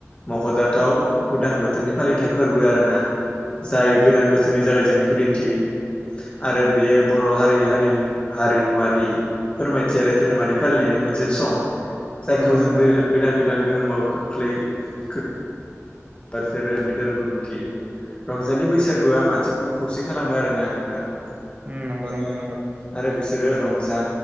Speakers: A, on the left; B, on the right.
A: मख'जाथाव उदां बोथोरनि फालिथाय फोरबो आरोना जाय
B: उम नंगौ
A: गोदान
B: नोंथां
A: बोसोरनि
B: नंगौ
A: जागायजेननायखौ दिन्थियो आरो बियो बर' हारि हारि हारिमुवारि फोरमायथि आरो धोरोमारि फालिनायनि मोनसे सम
B: नंगौ
A: खौ
B: नोंथां
A: जों गो
B: नंगौ
A: गोदान गोदान गोहोमाव खोख्लै खोख्लै बारसे रोनि दो <inaudible> रोंखौ दिन्थियो रंजालि बैसागुआ मानसिफोरखौ खौसे खालामो आरोना नोंथां आरो
B: उम नंगौ नोंथां नंगौ
A: आरो बिसोरो बिसोरो रंजा